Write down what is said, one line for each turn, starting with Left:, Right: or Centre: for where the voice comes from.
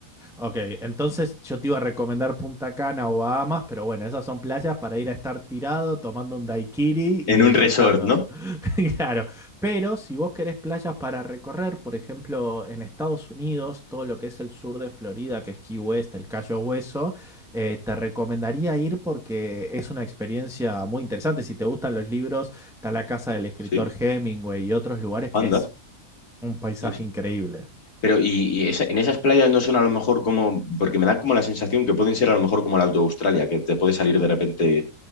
Centre: Ok, entonces yo te iba a recomendar Punta Cana o Bahamas, pero bueno, esas son playas para ir a estar tirado, tomando un daiquiri y
Left: En
Centre: disfrutando.
Left: un resort, ¿no?
Centre: <laughs> Claro, pero si vos querés playas para recorrer, por ejemplo, en Estados Unidos, todo lo que es el sur de Florida, que es Key West, el Cayo Hueso, eh, te recomendaría ir porque es una experiencia muy interesante. Si te gustan los libros, está la casa del escritor
Left: Sí,
Centre: Hemingway y otros lugares
Left: anda.
Centre: que es un paisaje
Left: Sí, sí.
Centre: increíble.
Left: Pero y, y esa- en esas playas no son a lo mejor como, porque me dan como la sensación que pueden ser a lo mejor como las de Australia, que te puede salir de repente